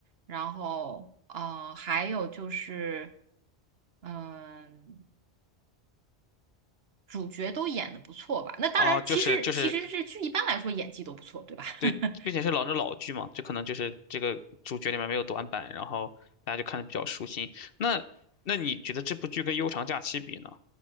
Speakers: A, on the right (about 65°); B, on the left (about 60°).
A: 然后呃，还有就是，嗯、主角都演的不错吧。那当然，
B: 哦，
A: 其实其实日剧一般来说演技都不错，
B: 就是就是
A: 对吧？
B: 对，
A: <laughs>
B: 并且是老是老剧嘛，这可能就是这个主角里面没有短板，然后大家就看的比较舒心。那那你觉得这部剧跟《悠长假期》比呢？